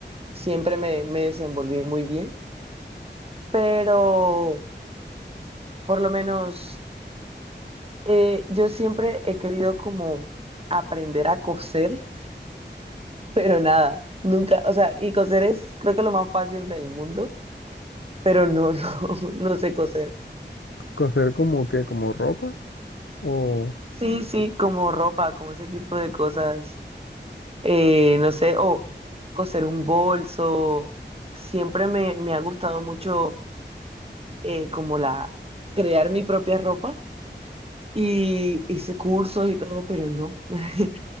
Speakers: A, on the right; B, on the left.
A: siempre me, me desenvolví muy bien, pero por lo menos eh, yo siempre he querido como aprender a coser, pero nada, nunca, o sea, y coser es creo que lo más fácil del mundo, pero no, <laughs> no, no sé coser.
B: Coser como que, como ropa, o
A: Sí, sí, como ropa, como ese tipo de cosas. Eh, no sé, o coser un bolso. Siempre me, me ha gustado mucho eh, como la crear mi propia ropa y hice cursos y todo, pero no. <laughs>